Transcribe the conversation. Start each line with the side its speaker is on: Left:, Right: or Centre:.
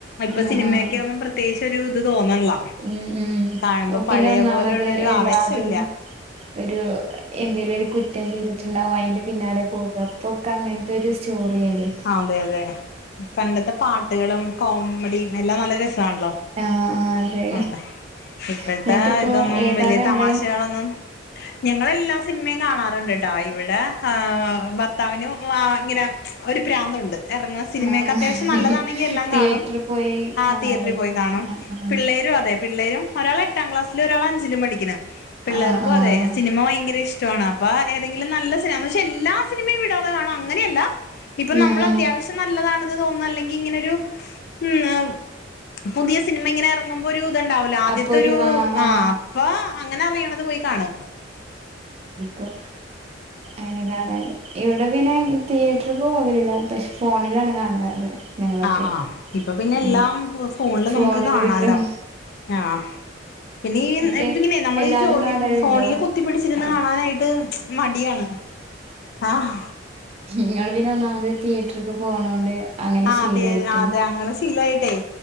Left: ഇപ്പൊ
Right: ആഹ്
Left: സിനിമയൊക്കെ
Right: ആഹ്
Left: ഒന്നും പ്രത്യേകിച്ച് ഒരു ഇത് തോന്നണില്ല
Right: ഉം ഉം
Left: കാണുമ്പോ
Right: പിന്നെ
Left: പഴയ
Right: ഒന്നാമത്
Left: പോലെയുള്ളൊരു
Right: എല്ലാതും
Left: ആവേശം ഇല്ല
Right: ഒരു എന്തേലും ഒരു കുറ്റം ചെയ്തിട്ടുണ്ടാവും അയിന്റെ പിന്നാലെ പോക പ്പൊക്കങ്ങൻത്തൊരു സ്റ്റോറിയല്ലെ.
Left: ആഹ് അതെ അതെ പണ്ടത്തെ പാട്ടുകളും കോമഡിയെല്ലാം നല്ല രസാണല്ലോ
Right: ആഹ് ആഹ് അതെ
Left: അഹ് ഇപ്പഴ്ത്താഹ്
Right: എന്നിട്ടിപ്പോ
Left: ഇതൊന്നും
Right: ഏതാ
Left: വല്യ
Right: കണ്ടേ
Left: തമാശളൊന്നും. ഞങ്ങളെല്ലാ സിൻമേം കാണാറ്ണ്ട്ട്ടാ ഇവിടെ ആഹ് ഭർത്താവിനും ആ ഇങ്ങനെ ഒരു പ്രാന്തുണ്ട്. ഇറങ്ങുന്ന സിനിമയൊക്കെ
Right: ആഹ്
Left: അത്യാവശ്യം നല്ലതാണെങ്കിൽ എല്ലാം
Right: തിയേറ്ററിൽ
Left: കാണും.
Right: പോയി
Left: ആ
Right: കാണാലേ
Left: തിയേറ്ററിൽ പോയി കാണും.
Right: ആഹ് ആഹ്
Left: പിള്ളേരും അതെ പിള്ളേരും ഒരാളെട്ടാം ക്ലാസ്സിലു ഒരാളഞ്ചിലും പടിക്ക്ണ്. പിള്ളേർക്കു
Right: ആഹ് ആഹ്
Left: അതെ സിനിമ ഭയങ്കരിഷ് ട്ടാണ് അപ്പ ഏതെങ്കിലും നല്ല സിനമ പക്ഷേ എല്ലാ സിനിമയും വിടാതെ കാണും അങ്ങനെയല്ല. ഇപ്പം
Right: ഉം
Left: നമ്മളത്ത്യാവശ്യം
Right: ഉം
Left: നല്ലതാ- <unintelligible> തോന്ന അല്ലെങ്കി ഇങ്ങനൊരു ഉം പുതിയ സിനിമ ഇങ്ങനെറ ങ്ങുമ്പോരു ത്ണ്ടാവലോ ആദ്യത്തൊരു
Right: അപ്പൊ ഒരു ആ ആ
Left: ആഹ് അപ്പൊ അങ്ങന അറിയണത് പോയി കാണും.
Right: കും അയ്നെ കാണാന്. ഇവിടെ പിന്നെ തിയേറ്റർക്ക് പോവലില്ല പഷ് ഫോണിലാണ് കാണാറ്. ഞങ്ങളൊക്കെ
Left: ആ ആഹ് ഇപ്പൊ പിന്നെല്ലാം
Right: ഉം
Left: ഫോൺല്
Right: ഫോണില്
Left: നമുക്ക് കാണാ-
Right: കിട്ടും
Left: ലൊ ആഹ് പിന്നീ
Right: എന്നിട്ട്
Left: പിന്നെങ്ങനെ നമ്മളെ
Right: എല്ലാതും
Left: ഈ ജോലി
Right: കാണലുണ്ടോ
Left: ഫോണില് കു കുത്തിപ്പിടിച്ചിരുന്ന് കാണാനായിട്ട് മടിയാണ് ആഹ്.
Right: ങ്ങള് പിന്നെ ഒന്നാമത് തിയേറ്റർക്ക് പോണോണ്ട്. അങ്ങനെ
Left: ആഹ്
Right: ശീലായിട്ടുണ്ട്
Left: തെ അതെ അങ്ങനെ ശീലായിട്ടെയ്